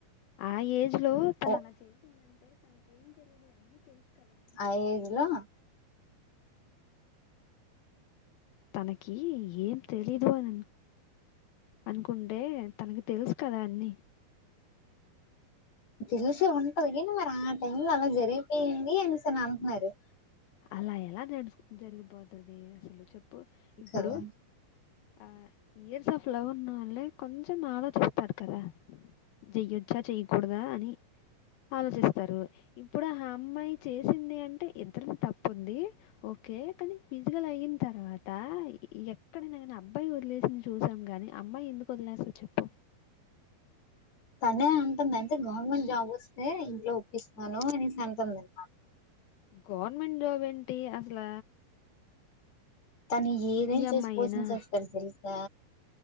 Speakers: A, on the left; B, on the left.
A: ఆయ లో తన
B: ఓ
A: అలా చేసిందండి అంటే తనక ఏం తెలిదు అన్నీ తెలుసు కదా
B: ఆ ఏజలో
A: తనకి ఏం తెలీదు అని అనుకుంటే తనకి తెలుసు కదా అన్నీ
B: తెలిస ఉంటది క మరి ఆ టైం అలా జరిగిపోయింది అనిసని అంటున్నారు
A: అలా ఎలా నడుచు జరిగిపోతది అసలు చెప్ ఇప్పు ఇప్పుడు
B: కదా
A: ఆ ఇయర్స్ ఆఫ్ లవ్ ఉన్నా వాళ్ళే కొంచెం ఆలోచిస్తారు కదా చెయొచ్చా చెయ్యకూడదా అని ఆలోచిస్తారు ఇప్పుడు హా అమ్మాయి చేసింది అంటే ఇ ఇద్దరుం తప్పుఉంది ఓకే కానీ ఫిజిగాల్ అయిన తర్వాత ఎక్కడైనా కానీ అబ్బాయి వదిలేసింది చూసాం కాని అమ్మాయి ఎందుకు వదిలేస్తాధి చెప్పు
B: తనే అంటుంది అంటే గవర్నమెంట్ జాబ్ వస్తే ఇంట్లో ఒప్పిస్తున్నాను అనేసి అంటంద అంట
A: గవర్నమెంట్ జాబ్ ఎం టీ అసల
B: తను ఏదేం చేసి
A: అమ్మాయేనా
B: పోసం చేస్తారు తెలుసా